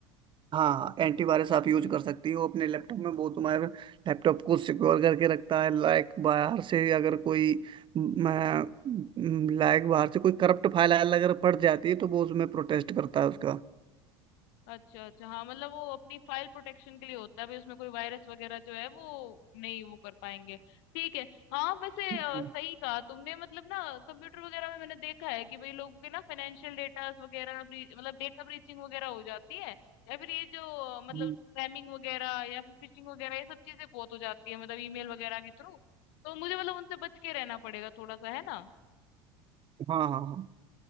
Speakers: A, on the right; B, on the left.
A: हाँ एंटीवायरस आप यूज कर सकती हो अपने लैपटॉप में वो तुम्हारे लैपटॉप को सिक्योर करके रखता है लाइक बाहर से अगर कोई लाइक बाहर से कोई करप्ट फाइल अगर पड़ जाती है तो वो उसमें प्रोटेस्ट करता है उसका
B: अच्छा अच्छा हाँ मतलब वो अपनी फाइल प्रोटेक्शन के लिए होता है भाई उसमें कोई वायरस वगैरह जो है वो नहीं वो कर पाएंगे ठीक है हाँ वैसे
A: हम्म,
B: अ, सही कहा तुमने मतलब ना कंप्यूटर वगैरह में मैंने देखा है कि भाई लोगों के ना फाइनेंशियल डेटा वगैरह ब्री- मतलब डेटा ब्रीचिंग वगैरह हो जाती है या फिर ये जो अ, मतलब
A: हम्म,
B: स्पैमिंग वगैरह या फिर फिशिंग वगैरह ये सब चीजें बहुत हो जाती है मतलब ईमेल वगैरह के थ्रू तो मुझे मतलब उनसे बच के रहना पड़ेगा थोड़ा सा है ना
A: हाँ हाँ हाँ